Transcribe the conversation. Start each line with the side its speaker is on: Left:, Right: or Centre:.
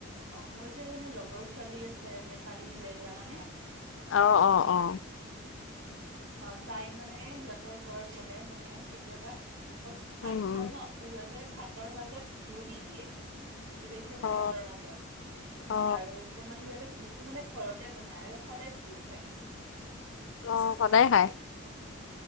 Right: অ মোৰ যে এজনী লগৰ ছোৱালী আছে নেপালী যে জানানে?
Left: অ অ অ
Right: অ তাই মানে সিহঁতৰ ঘৰত গলে মানে কেতিয়াবা। মই ভাত
Left: উম উম
Right: খাওঁ ন সিহঁতে ভাতৰ মাজত ঘিউ দি দিয়ে। বুজি পাইছে
Left: অ
Right: নে ভাতৰ মাজত
Left: অ
Right: আৰু তাৰ মানে সিহঁতে। ঘিউটো মানে ঘৰতে বনাই আৰু সদায় ঘিউ খায়।
Left: অ সদায় খায়,